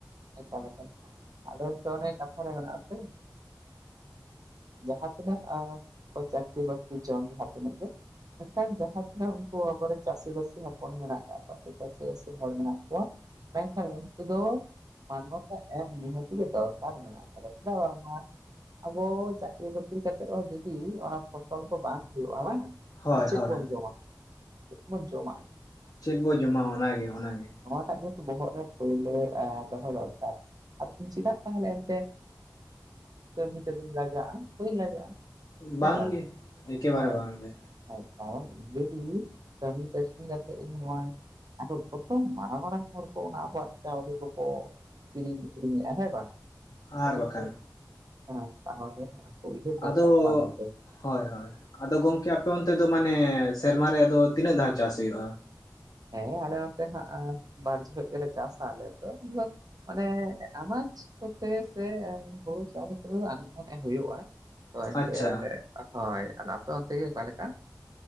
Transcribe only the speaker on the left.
ᱦᱳᱭ ᱦᱳᱭ
ᱪᱮᱫ ᱵᱚ ᱡᱚᱢᱟ ᱚᱱᱟᱜᱮ ᱚᱱᱟᱜᱮ
ᱵᱟᱝᱜᱮ
ᱮᱠᱮᱵᱟᱨᱮ
ᱵᱟᱝᱜᱮ
ᱟᱨ
ᱵᱟᱠᱷᱟᱱ
ᱟᱫᱚ
ᱦᱳᱭ ᱦᱳᱭ ᱟᱫᱚ ᱜᱚᱢᱠᱮ ᱟᱯᱮ ᱚᱱᱛᱮ ᱫᱚ ᱢᱟᱱᱮ ᱥᱮᱨᱢᱟ ᱨᱮᱭ ᱫᱚ ᱛᱤᱱᱟᱹᱜ ᱫᱷᱟᱣ ᱪᱟᱥ ᱦᱩᱭᱩᱜᱼᱟ
ᱟᱪᱪᱷᱟ